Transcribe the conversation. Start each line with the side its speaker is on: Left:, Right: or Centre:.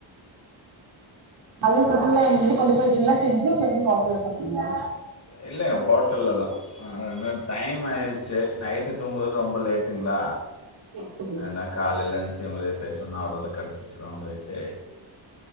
Right: அது சிக்கன்லா நீங்க இங்கிருந்து கொண்டு போயிட்டீங்களா செஞ்சு இல்ல எப்டி ஹோட்டல்ல சாப்டீங்ளா
Left: இல்ல ஹோட்டல்லதா ஆனா டைம் ஆயிரு சேரி நைட்டுத் தூங்குவது ரொம்ப லேட்டுங்களா
Right: சேரி சேரிங்க
Left: ஏன்னா காலைலருந் இவுங்களே சைஸ் சொன்னா அவளதா கெடச்சிருசின்னு சொல்டு